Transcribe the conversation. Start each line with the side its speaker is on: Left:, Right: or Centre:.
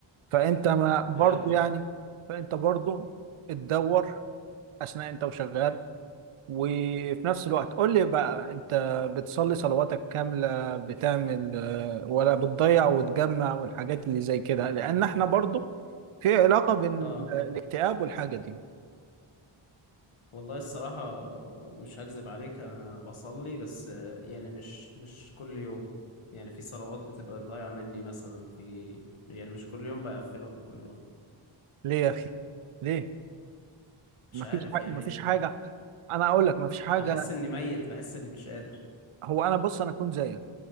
Right: فانت ما برضه
Left: بجد
Right: يعني فانت برضه تدور اثناء انت وشغال وفي نفس الوقت قول لي بقى انت بتصلي صلواتك كاملة بتعمل آه، ولا بتضيع وتجمع والحاجات اللي زي كده لان احنا برضه في علاقة بين
Left: اه
Right: ال- الاكتئاب والحاجة دي
Left: والله الصراحة آه، مش هكذب عليك انا بصلي بس آه، يعني مش مش كل يوم يعني في صلوات بتبقى ضايعة مني مثلا في يعني مش كل يوم بقفلهم كلهم
Right: ليه يا اخي ليه مفيش
Left: مش عارف
Right: حاجة
Left: يعني
Right: مفيش حاجة انا اقول لك مفيش حاجة
Left: بحس اني ميت بحس اني مش قادر
Right: هو انا بص انا كنت زيك